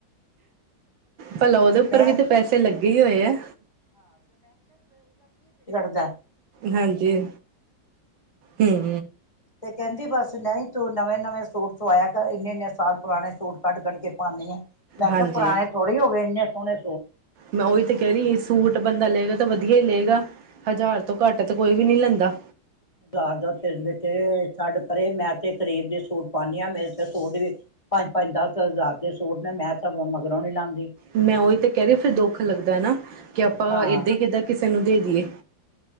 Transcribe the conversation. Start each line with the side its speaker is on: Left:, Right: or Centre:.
Right: ਭਲਾ ਉਹਦੇ ਉੱਪਰ
Left: ਮੈਂ
Right: ਵੀ ਤਾਂ ਪੈਸੇ ਲੱਗੇ ਹੀ ਹੋਏ ਆ
Left: ਦਾ
Right: ਹਾਂਜੀ ਹੂੰ
Left: ਤੇ ਕਹਿੰਦੀ ਬਸ ਨਹੀਂ ਤੂੰ ਨਵੇਂ ਨਵੇਂ ਸੂਟ ਸਵਾਇਆ ਇੰਨੇ ਇੰਨੇ ਸਾਲ ਪੁਰਾਣੇ ਸੂਟ ਕੱਢ ਕੱਢ ਕੇ ਪਾਣੀਆਂ ਮੈ
Right: ਹਾਂਜੀ
Left: ਕਿਹਾ ਪੁਰਾਣੇ ਥੋੜੇ ਹੋ ਗਏ ਇਨੇ ਹੁਣੇ
Right: ਮੈਂ ਉਹੀ ਤੇ ਕਹਿ ਰਹੀ ਸੂਟ ਬੰਦਾ ਲਏਗਾ ਤਾਂ ਵਧੀਆ ਹੀ ਲਏਗਾ ਹਜ਼ਾਰ ਤੋਂ ਘੱਟ ਤਾਂ ਕੋਈ ਵੀ ਨਹੀਂ ਲੈਂਦਾ
Left: ਬਾਜ਼ਾਰ ਦਾ ਤੇ ਵਿੱਚ ਛੱਡ ਪਰੇ ਮੈਂ ਤੇ ਕਰੀਬ ਦੀ ਸੂਟ ਪਾਉਦੀ ਹਾਂ ਮੇਰੇ ਤੇ ਸੂਟ ਵੀ ਪੰਜ ਪੰਜ ਦਸ ਹਜ਼ਾਰ ਦੇ ਸੂਟ ਨੇ ਮੈਂ ਤਾਂ ਮਗਰੋਂ ਨੀ ਲਾਉਂਦੀ
Right: ਮੈਂ ਉਹੀ ਤੇ ਕਹਿ ਰਹੀ ਫਿਰ ਦੁੱਖ ਲੱਗਦਾ ਨਾ ਕਿ ਆਪਾਂ
Left: ਹਾਂ
Right: ਏਦਾਂ ਕਿੱਦਾਂ ਕਿਸੇ ਨੂੰ ਦੇ ਦੀਏ